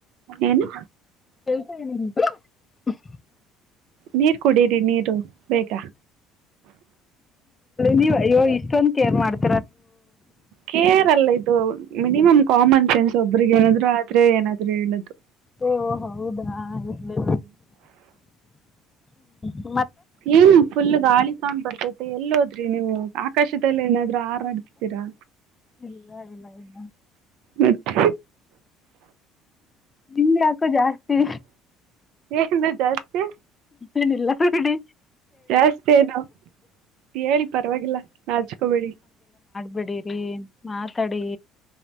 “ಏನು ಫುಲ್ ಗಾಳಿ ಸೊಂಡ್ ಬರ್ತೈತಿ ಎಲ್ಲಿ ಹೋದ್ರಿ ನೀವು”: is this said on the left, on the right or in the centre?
Right